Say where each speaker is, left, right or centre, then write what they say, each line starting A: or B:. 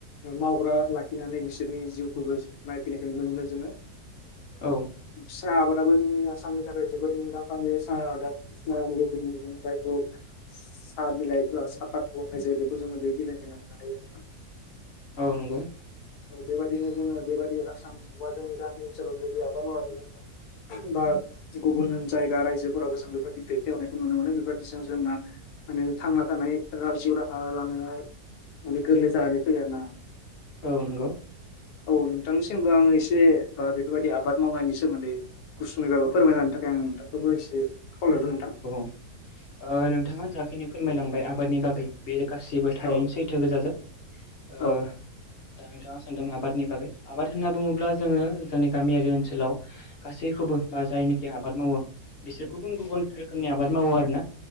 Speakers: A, on the left (about 75°); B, on the left (about 45°).
A: मावग्रा लाखिनानै बिसोरनि जिउखौबो नायफैनायखौ नुनो मोनो जोङो।
B: औ।
A: साहा आबादाबो जोंनि आसामनि थाखाय जोबोद मुंदांखा बे साहा आबादानि गेजेरफ्राय
B: <inaudible>
A: साहा बिलाइ साहाफाद जायो बेखौ जोङो बे बिलाइखौ मोननो हायो।
B: औ नंगौ।
A: औ बेबायदिनो जोङो बेबायदि आसाम बा जोंनि गामि ओनसोलाव जुदि आबाद मावाखौ जोङो बा गुबुन जायगा रायजोफोराबो जों बेफोरबायदि दैथायहरनायखौ नुनो मोनो बेफोरबायदि जों जोंना माने थांना थानाय जिउ राहा लामाया माने गोरलै जानानै फैयो आरोना।
B: औ नंगौ।
A: औ नोंथांनिसिमबो आङो एसे बेफोरबायदि आबाद मावनायनि सोमोन्दै गुसुङैबाबो फोरमायानो थाखाय। आं नोंथांखौबो एसे खावलायबाय नोंथां।
B: <inaudible> नोंथाङा जाखिनि फोरमायलांबाय आबादनि बागै बे गासिबो थारैनो
A: औ
B: सैथो गोजाजोब। ओ
A: औ नोंथां औ नोंथां औ नोंथां औ
B: दा नोंथाङा सानदों आबादनि बागै आबाद होनना बुङोब्ला। जोङो जोंनि गामियारि ओनसोलाव गासैखौबो बा जायनोखि आबाद मावो। बिसोर गुबुन गुबुन रोखोमनि आबाद मावो आरोना